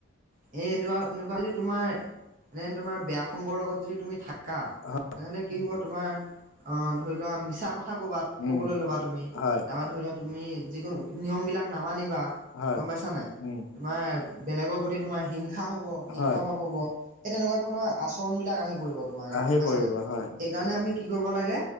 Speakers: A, on the right; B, on the left.
A: এন্দুৱা-নোকোৱা যদি তোমাৰ এনে তোমাৰ বেয়া সংগৰ লগত যদি তুমি থাকা,
B: হয়,
A: তেনেহলে কি হ'ব তোমাৰ অ', ধৰি লোৱা মিছা কথা ক'বা, ক'বলৈ
B: উম,
A: ল'বা তুমি
B: হয়,
A: এবাৰ ধৰি লোৱা তুমি যিকোনো নিয়মবিলাক নামানিবা,
B: হয়,
A: গম পাইছা নাই?
B: উম।
A: তোমাৰ বেলেগৰ প্ৰতি তোমাৰ হিংসা হ'ব, হিংসা
B: হয়,
A: ভাৱ হ'ব। এ, তেনেকুৱা ধৰণৰ আচৰণ বিলাক আহি পৰিব তোমাৰ গাত
B: আহি
A: গম পাইছা
B: পৰিব
A: নাই?
B: হয়,
A: সেইকাৰণে আমি কি কৰিব লাগে?